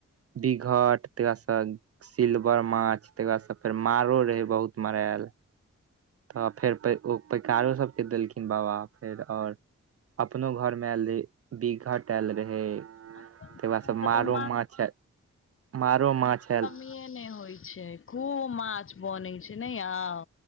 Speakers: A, on the right; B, on the left.
A: दिघट तिरासन सिल्वर माछ तै के बादस फेर मारो रहै बहुत मराएल तऽ फेर ओ पैकारो सब के देलखिन बाबा फेर आओर अपनो घर मे आयल रहै बीघट आएल रहै ताहि
B: अपन सबके
A: बाद स
B: एतऽ
A: मारो
B: तऽ
A: माछ मारो माछ आएल
B: एहने होइ छै खूब माछ बनै छै नै याउ